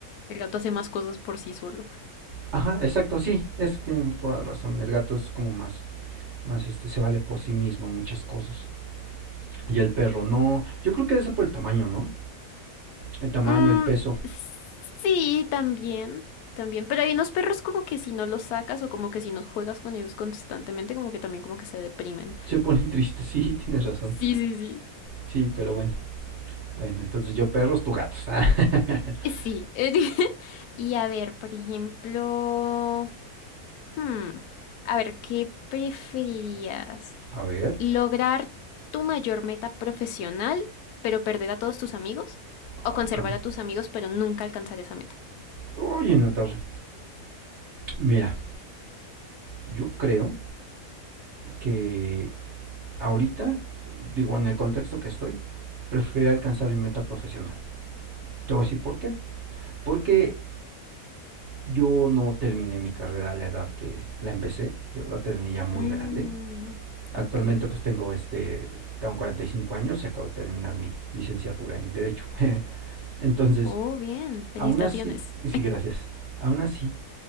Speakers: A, on the left; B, on the right.
A: el gato hace más cosas por sí solo.
B: Ajá, exacto, sí, eso tienes toda la razón. El gato es como más, más este, se vale por sí mismo en muchas cosas. Y el perro no. Yo creo que eso por el tamaño, ¿no? El tamaño,
A: Mm,
B: el peso.
A: sí, también, también. Pero hay unos perros como que si no los sacas o como que si no juegas con ellos constantemente, como que también como que se deprimen.
B: Se ponen tristes, <laughs> sí, tienes razón.
A: Sí, sí, sí.
B: Sí, pero bueno. Bueno, entonces yo perros, tú gatos. <laughs>
A: Sí. <laughs> Y a ver, por ejemplo. Hmm, A ver, ¿qué preferirías?
B: A ver.
A: ¿Lograr tu mayor meta profesional, pero perder a todos tus amigos? ¿O
B: Ay,
A: conservar
B: con.
A: a tus amigos, pero nunca alcanzar esa meta?
B: Oye, Natarra. Mira, yo creo que ahorita, digo, en el contexto que estoy, prefiero alcanzar mi meta profesional. Te voy a decir por qué. Porque Yo no terminé mi carrera a la edad que la empecé, yo la terminé ya muy
A: Mm,
B: grande. Actualmente
A: ok.
B: pues tengo este, tengo 45 años y acabo de terminar mi licenciatura en Derecho. <laughs> Entonces,
A: Oh, bien. Felicitaciones.
B: aún así, sí, gracias, aún así